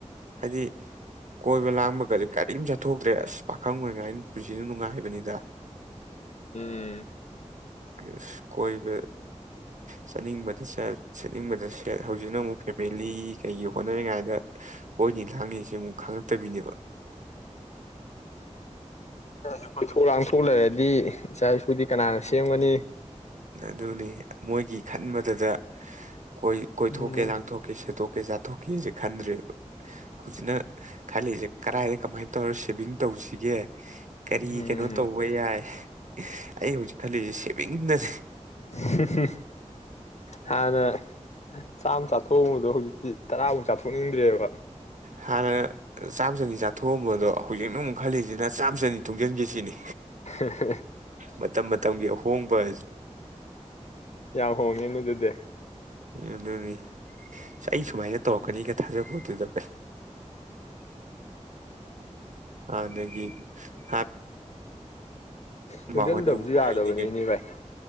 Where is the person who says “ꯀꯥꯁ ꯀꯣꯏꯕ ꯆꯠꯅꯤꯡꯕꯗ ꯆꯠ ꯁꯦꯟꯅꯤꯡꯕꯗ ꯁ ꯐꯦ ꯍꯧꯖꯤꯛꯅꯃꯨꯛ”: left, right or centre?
Right